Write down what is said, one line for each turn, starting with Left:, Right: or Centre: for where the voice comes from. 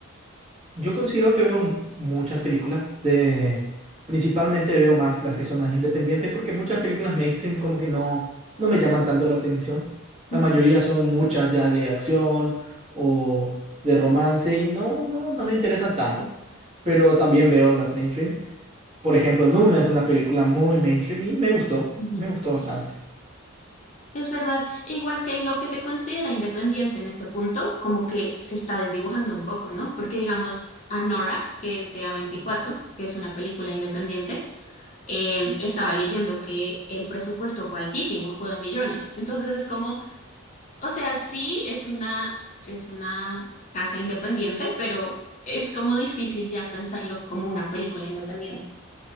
Right: Yo considero que veo m- muchas películas de... Principalmente veo más las que son más independientes porque muchas películas mainstream como que no, no me llaman tanto la atención.
Left: Ujú,
Right: La mayoría son muchas ya de acción o de romance y no, no, no me interesan tanto. Pero también veo las mainstream. Por ejemplo, Duna es una película muy mainstream y me gustó,
Left: ujú,
Right: me gustó bastante.
Left: sí, es verdad. Igual que lo que se considera independiente en este punto, como que se está desdibujando un poco, ¿no? Porque digamos, Anora, que es de a veinticuatro que es una película independiente, eh, estaba leyendo que el presupuesto fue altísimo, fue de millones. Entonces es como O sea, sí es una, es una casa independiente, pero es como difícil ya pensarlo como una película independiente.